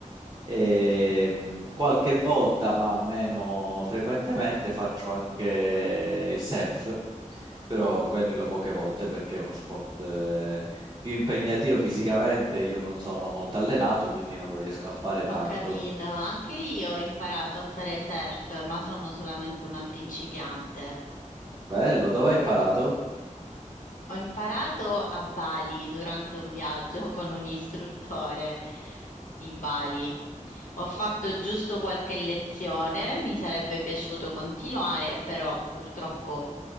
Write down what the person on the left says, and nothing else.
Ho
capito. Anche io ho imparato a fare surf, ma sono solamente una principiante.
Ho imparato a Bali durante un viaggio <laughs> con un istruttore di Bali. Ho fatto giusto qualche lezione, mi sarebbe piaciuto continuare, però purtroppo